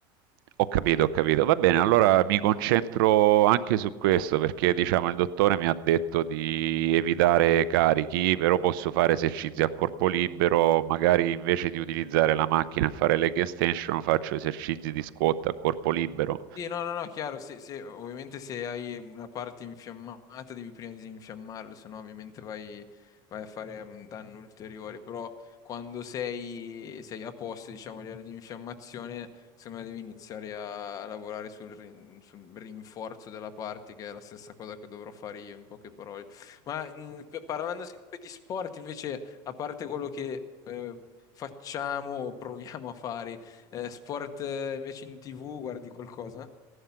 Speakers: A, on the right; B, on the left.
A: Ho capito, ho capito. Va bene, allora mi concentro anche su questo perché diciamo il dottore mi ha detto di evitare carichi, però posso fare esercizi a corpo libero, magari invece di utilizzare la macchina a fare leg extension faccio esercizi di squat a corpo libero.
B: Sì, no, no, no, chiaro, se, se- ovviamente se hai una parte infiammata devi prima disinfiammarlo, se no ovviamente vai, vai a fare un danno ulteriore, però quando sei, sei a posto, diciamo, a livello di infiammazione, secondo me devi iniziare a lavorare sul, rin- sul rinforzo della parte, che è la stessa cosa che dovrò fare io, in poche parole. Ma mh, p- parlando sempre di sport, invece, a parte quello che... eh, Facciamo o proviamo a fare eh, sport eh, invece in TV, guardi qualcosa?